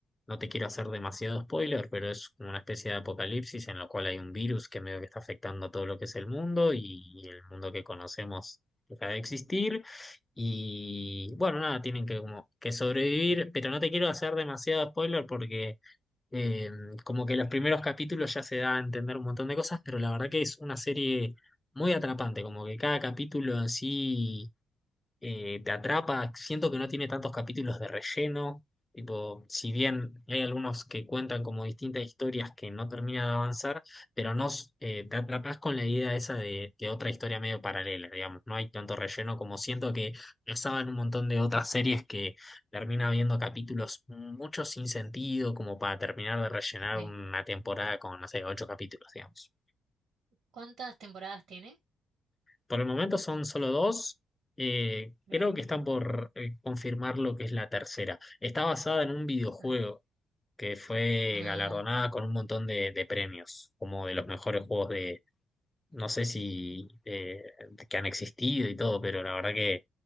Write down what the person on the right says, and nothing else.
Eh,
¿Cuántas temporadas tiene?
Bien.
Ah,
ah,